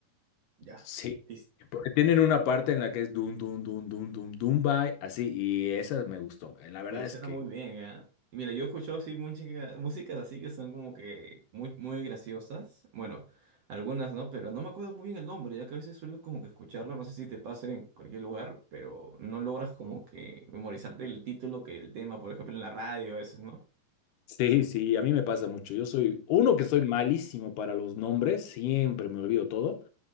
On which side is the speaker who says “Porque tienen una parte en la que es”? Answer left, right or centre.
Left